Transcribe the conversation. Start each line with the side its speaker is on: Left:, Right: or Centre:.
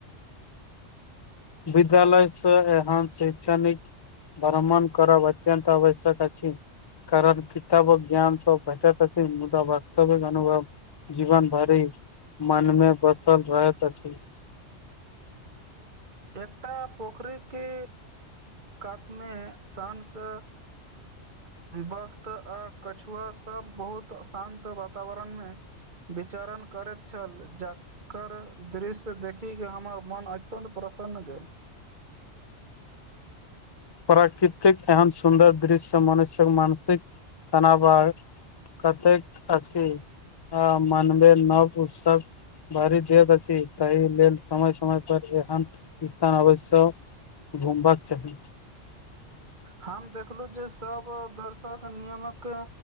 Left: विद्यालय से एहन शैक्षणिक भ्रमण करब अत्यंत आवश्यक अछि कारण किताबक ज्ञान तऽ भेटत अछि मुदा वास्तविक अनुभव जीवन भारी मनमे बसल रहैत छै
Right: एकटा पोखरिके कातमे शझसँ वक्त आ कछुआ सब बहुत अशान्त वातावरण मे विचरण करैत छल जकर दृश्य देखिक हमर मन अत्यन्त प्रसन्न भेल
Left: प्राकृतिक एहन सुन्दर दृश्य से मनुष्य्यक मानसिक तनाव आ कतेक अछि आ मानवे नव उसक भारी देत अछि ताहि लेल समय समय समय पर एहन स्थान अवश्य घुमबाक चाही
Right: हम देखलू जे सभ दर्शक नियमक